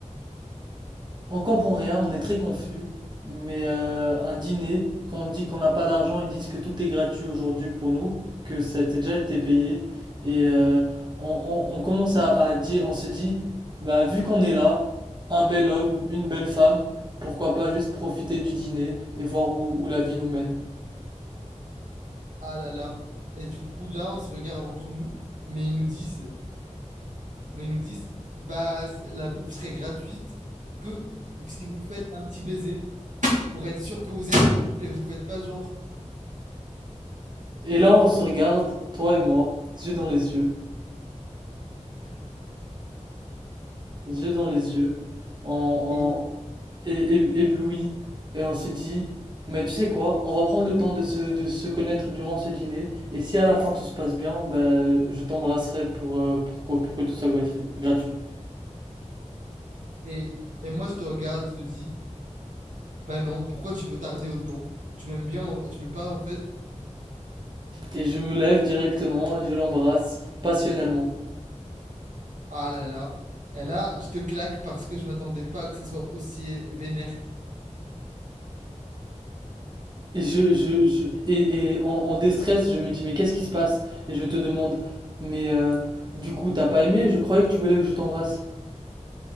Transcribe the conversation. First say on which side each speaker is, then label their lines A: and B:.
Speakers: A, on the right; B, on the right.
A: on comprend rien, on est très confus, mais euh, un dîner, quand on dit qu'on n'a pas d'argent, ils disent que tout est gratuit aujourd'hui pour nous, que ça a été- déjà été payé, et euh, on, on- on commence à, à dire, on se dit, bah vu qu'on est là, un bel homme, une belle femme, pourquoi pas juste profiter du dîner et voir où où la vie nous mène.
B: Ah là là. Et du coup, là, on se regarde entre nous. Mais ils nous disent, mais ils nous disent, bah, la bouffe serait gratuite que si vous faites un petit baiser. Pour être sûr que vous êtes en couple et vous faites pas genre.
A: Et là, on se regarde, toi et moi, yeux dans les yeux, yeux dans les yeux, en,
B: Et,
A: en é- é- ébloui, et on se dit, mais tu sais quoi, on va prendre le temps de se, de se connaître durant ce dîner, et si à la fin tout se passe bien, ben, je t'embrasserai pour, euh, pour, que, pour que tout soit gratuit, gratuit.
B: et, et moi, je te regarde, je te dis, bah non, pourquoi tu veux tarder autant? Tu m'aimes bien, euh, tu m'aimes pas en fait?
A: Et je me lève directement, et je l'embrasse passionnellement.
B: Ah là là. Et là, je te claque parce que je m'attendais pas que ça soit aussi vénère.
A: Et je, je, je, et, et en, en déstress, je me dis, mais qu'est-ce qui se passe? Et je te demande, mais euh, du coup, t'as pas aimé? Je croyais que tu voulais que je t'embrasse.